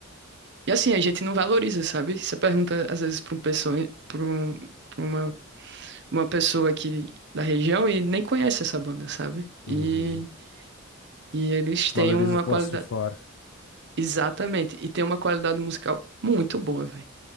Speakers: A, on the right; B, on the left.
A: e assim, a gente não valoriza, sabe? Você pergunta às vezes para um pessoa, para um, pra uma, uma pessoa aqui da região e nem conhece essa banda, sabe?
B: Uhum.
A: E, e eles têm
B: Valoriza
A: uma
B: o troço
A: qualidade,
B: de fora.
A: exatamente, e tem uma qualidade musical muito boa, velho.